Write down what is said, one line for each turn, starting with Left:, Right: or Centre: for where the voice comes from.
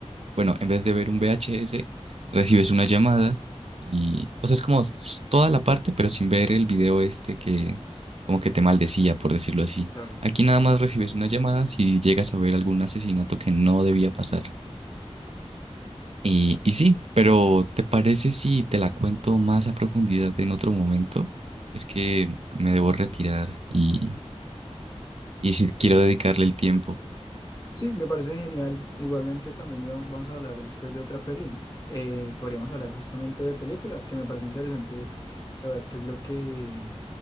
Right: bueno, en vez de ver un VHS, recibes una llamada y, o sea, es como s- toda la parte, pero sin ver el video este que como que te maldecía, por decirlo así.
Left: Claro.
Right: Aquí nada más recibes una llamada si llegas a ver algún asesinato que no debía pasar. Y, y sí, pero ¿te parece si te la cuento más a profundidad en otro momento? Es que me debo retirar y, y si quiero dedicarle el tiempo.
Left: Sí, me parece genial. Igualmente también íbamos- vamos a hablar después de otra peli. Eh, podríamos hablar justamente de películas, que me parece interesante saber qué es lo que